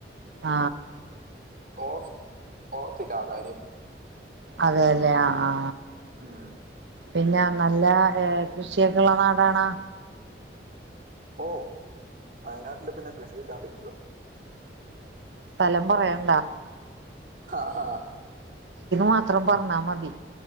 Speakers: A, on the right; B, on the right.
A: ആ
B: ഓ ഓർത്തില്ല ആ കാര്യം
A: അതേല്ലെ ആ ആ
B: മ്
A: പിന്നെ നല്ല കൃഷിക്കെ ഇള്ള നാടാണോ
B: ഓ വയനാട്ടില് പിന്നെ കൃഷിയില്ലാണ്ടിരിക്കുവോ
A: സ്ഥലം പറയണ്ടാ
B: ആഹ്
A: മാത്രം പറഞ്ഞാ മതി